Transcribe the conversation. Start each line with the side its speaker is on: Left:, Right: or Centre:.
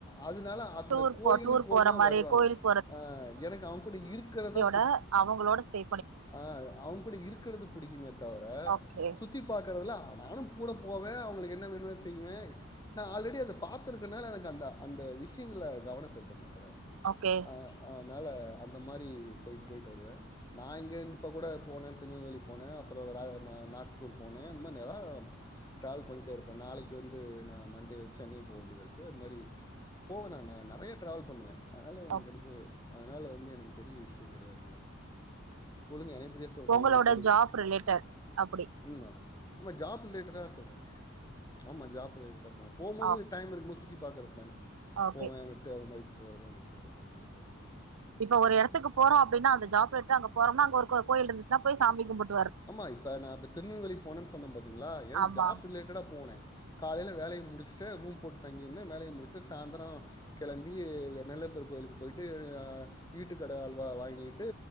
Left: அதனால அந்த
Right: டூர்
Left: கோயிலுக்கோல்னா
Right: போ டூர் போற மாரி
Left: வருவாங்க
Right: கோயில்
Left: அ எனக்கு அவுங்க கூட இருக்குறதா
Right: த அவங்களோட சே
Left: ஆ அவுங்க கூட இருக்குறது புடிக்குமே தவர
Right: ஓகே
Left: சுத்தி பாக்குறதுல நானு கூட போவே அவங்களுக்கு என்ன வேணுமோ செய்வே நா ஆல்ரெடி அத பாத்திருக்கறனால எனக்கு அந்த அந்த விஷயங்கள்ல கவன செலுத்த மாட்ட நானு
Right: ஓகே
Left: அ அதனால அந்த மாரி போய்ட்டு போய்ட்டு வருவ நா இங்க இப்ப கூட போன திருநெல்வேலி போன அப்பறோ ரா நாக்பூர் போன அந்த மாரி எதா ட்ராவல் பண்டே இருப்ப நாளைக்கு வந்து நா மண்டே சென்னை போ வேண்டியது இருக்கு அது மாரி போவே நா நா நெறைய ட்ராவல் பண்ணுவே அதனால உனக்கு
Right: ஓக்
Left: அனுப்புவே அதனால வந்து எனக்கு பெரிய விஷய கெடையாது மேடம் சொல்லுங்க நெறய பிளேஸ் தோழரே
Right: உங்களோட
Left: நீங்க சொல்லுங்க
Right: ஜாப் ரிலேட்டட் அப்டி
Left: ம்மா ஆமா ஜாப் ரிலேட்டடா சொல்ற ஆமா ஜாப் ரிலேட்டடாப்பா போம்போது
Right: ஓகே
Left: டைம் இருக்குபோது சுத்தி பாக்குறது தான
Right: ஓகே
Left: போவே அங்க தேவ இல்லாதது போறது அந்த போறது அந்த மாரி போறது அந்த
Right: இப்ப ஒரு எடத்துக்கு போறோ அப்டின்னா அந்த ஜாப் லெட்டர் அங்க போறோம்னா அங்க ஒரு கோயில் இருந்துச்சன்னா போய் சாமிகும்புட்
Left: ஆமா இப்ப நா இப்ப திருநெல்வேலிக்கு போனேன் சொன்னே பாத்தீங்ளா எனக்கு
Right: ஆமா
Left: ஜாப் ரிலேட்டடா போனே காலைல வேலய முடிச்சுட்டு ரூம் போட்டு தங்கியிருந்த வேலய முடிச்சுட்டு சாந்தரோ கெளம்பி நெல்லையப்பர் கோயிலுக்கு போயிட்டு ஈட்டு கட அல்வா வாங்கிட்டு